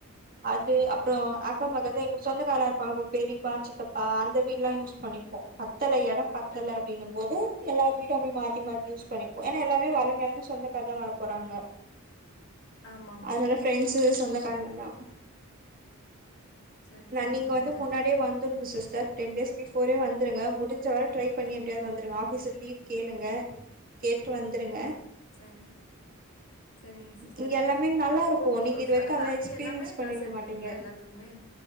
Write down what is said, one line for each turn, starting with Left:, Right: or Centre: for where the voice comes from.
Right: அது அப்பற அக்கம்பக்கத்து எங்க சொந்த காரவங்கலா இருப்பாங்க அது பெரியப்பா சித்தப்பா அந்த வீடெல்லா யூஸ் பண்ணிப்போ பத்தல எட பத்தல அப்டின்னும்போது எல்லாரு வீடு அப்டி மாத்தி மாத்தி யூஸ் பண்ணிப்போ ஏன்னா எல்லாருமே வரவங்களா சொந்தகாரதா வர போறாங்க
Left: ஆமாமா.
Right: அதனால பிரெண்ட்ஸ்ஷு சொந்தக்காரங்கதா
Left: சரி
Right: ஆனா
Left: சரிங்க
Right: நீங்க வந்து
Left: சிஸ்டர்.
Right: முன்னாடியே வந்துருன்னு சிஸ்டர் டென் டேஸ் பிரிஃபோரே வந்துருங்க முடிஞ்ச வரை ட்ரை பண்ணி எப்டியாது வந்துருங்க ஆஃபீஸ்ல லீவ் கேளுங்க கேட்டு வந்துருங்க
Left: சரிங்க சரிங்க சிஸ்டர்
Right: இங்க எல்லாமே நல்லா
Left: இப்போ
Right: இருக்கு நீங்க இது வரைக்கு
Left: ஃபேமிலி
Right: அதெல்லா எக்ஸ்பீரியன்ஸ்
Left: எல்லாமே
Right: பண்ணிருக்க
Left: ட்ரெஸ் எடுப்பீங்களா
Right: மாட்டீங்க
Left: எல்லாத்துக்குமே